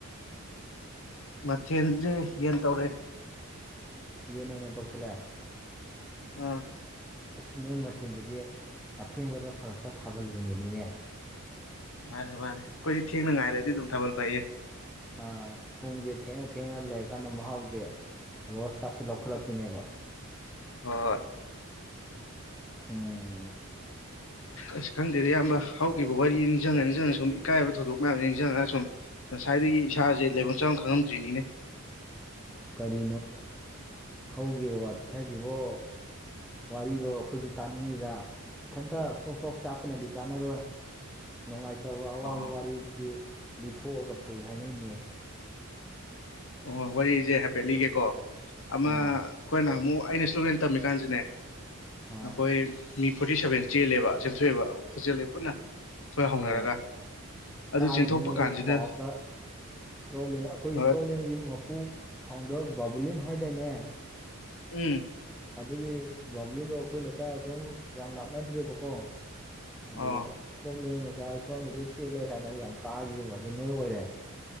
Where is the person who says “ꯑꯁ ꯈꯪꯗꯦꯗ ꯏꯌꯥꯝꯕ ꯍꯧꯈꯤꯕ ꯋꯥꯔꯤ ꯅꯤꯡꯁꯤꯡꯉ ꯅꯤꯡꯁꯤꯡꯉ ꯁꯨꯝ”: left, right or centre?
Left